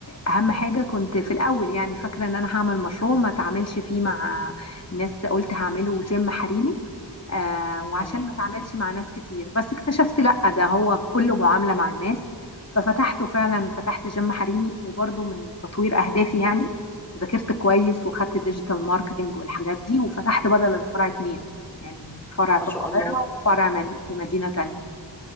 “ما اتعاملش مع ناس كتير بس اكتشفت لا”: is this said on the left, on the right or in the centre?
Left